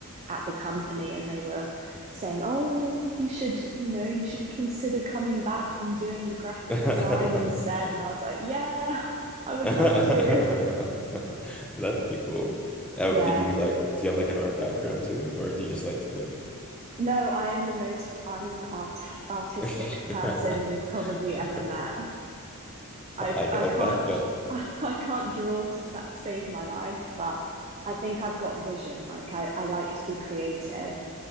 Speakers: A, on the right; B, in the centre.
A: at the company, and they were saying, "Oh, you should, you know, you should consider coming back and doing the graphic
B: <laughs>
A: design instead." And I was like, "Yeah, <laughs> I would
B: That'd
A: love to."
B: be cool. Uh,
A: Yeah.
B: did you like do you have like an art background too, or do you just like to do
A: No, I am the most unart artistic
B: it?
A: person you've probably
B: <laughs>
A: ever met. I
B: I doubt
A: I can't
B: that, but
A: <laughs> I, I can't draw to sa save my life, but I think I've got vision. Like I, I like to be creative.